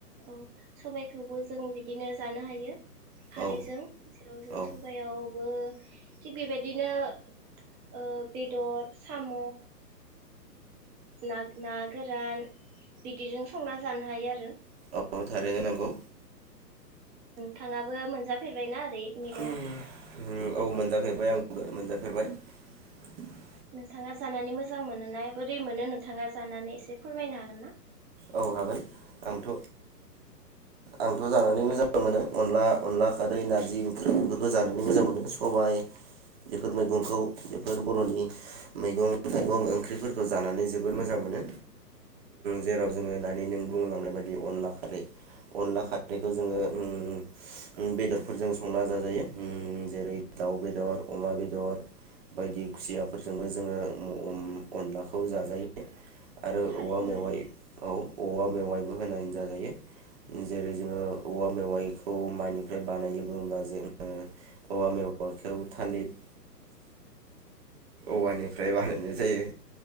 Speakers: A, on the right; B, on the right.
A: औ सबायाइखौबो जों बिदिनो जानो हायो। खारैजों
B: औ
A: जेराव जों
B: औ
A: सबायावबो थिग बेबायदिनो ओ बेदर साम' नाथ ना गोरान बिदिजों संना जानो हायो आरो।
B: औ थारैनो नंगौ।
A: थाङाबो मोनजाफेरबायना जै मैगं
B: उम औ मोनजाफेरबाय आंबो <unintelligible>
A: नोंथाङा जानानै मोजां मोनोना? बोरै मोनो नोंथाङा जानानै एसे फोरमायनो हागोन ना?
B: औ हागोन आंथ आंथ जानानै मोजां मोनो अनला अनला खारै नारजि ओंख्रि बेफोरखौ जानानै मोजां मोनो सबाय बेफोर मैगंखौ बेफोर बर'नि मैगं थाइगं ओंख्रिफोरखौ जानानै जोबोर मोजां मोनो। जेराव जोङो दानि नों बुंलांनाय बायदि अनला खारै अनला खारैखौ जोङो उम उम बेदरफोरजों संना जाजायो उम जेरै दाउ बेदर अमा बेदर बायदि खुसियाफोरजोंबो जोङो उम अनलाखौ जाजायो आरो
A: थारैनो
B: औवा मेवाइ
A: नंगौ
B: औ औवा मेवाइबो होनानै जाजायो जेरै जोङो औवा मेवाइखौ माइनिफ्राय बानायो बुंब्ला जोङो औवा मेवाइखौ थालिर औवानिफ्राय बानायनाय जायो।